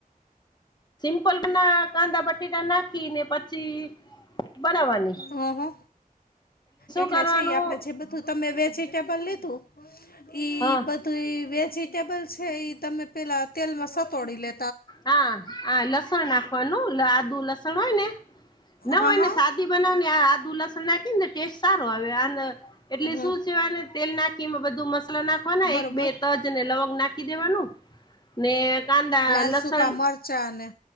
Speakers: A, on the left; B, on the left.
A: સિમ્પલ ના કાંદા બટેટા નાખી ને પછી બનાવાની
B: હો હો. એટલે
A: કરવાનું
B: છે એ આપડે જે બધું તમે વેજીિટેબલ લીધું ઈ
A: હા
B: બધું. તો ઇ વેજીિટેબલ છે ઇ તમે પેલા તેલમાં સતોડી લે.
A: હા હા લસણ ના. વાનું આદુ લસણ હોય ને ના
B: હા
A: હોય
B: હા
A: ને સાદી બનાવને આ આદુ લસણ નાખ. નાખી ને ટેસ્ટ સારો આવે આન એટલે
B: હમ
A: શું છે ચેવાય તેલ નાખ. બધું મસલા નાખવાના
B: બરોબર
A: એક બે તજ અને લોગ નાખી દેવાનું ને. કાંદા
B: લાલ
A: લસણ
B: સૂકા મરચાં અને